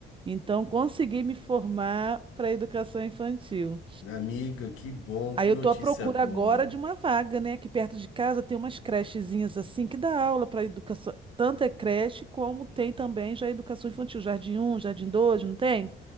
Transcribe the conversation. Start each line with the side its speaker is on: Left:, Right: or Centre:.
Right: Então, consegui me formar para educação infantil.
Left: Amiga, que bom,
Right: Aí
Left: que
Right: eu
Left: notícia
Right: tô à procura
Left: boa.
Right: agora de uma vaga, né? Aqui perto de casa tem umas crechezinhas assim que dá aula para educação. Tanto é creche como tem também já educação infantil, jardim um jardim 2 não tem?